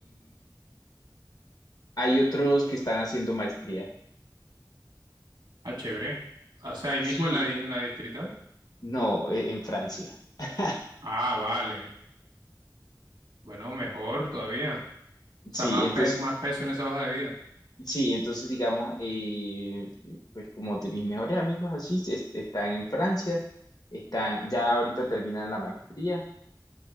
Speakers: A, on the left; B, on the right.
A: Hay otros que están haciendo maestría.
B: ah, chévere. O sea, ahí mismo
A: Sí,
B: en la, di- en la distrital.
A: No, e- en Francia. <laughs>
B: Ah, vale. Bueno, mejor todavía. O sea,
A: Sí,
B: más,
A: entonces,
B: pe- más peso en esa hoja de vida.
A: sí, entonces digamos, eh, pues como de mis mejores amigos así, es- están en Francia, están, ya ahorita terminan la maestría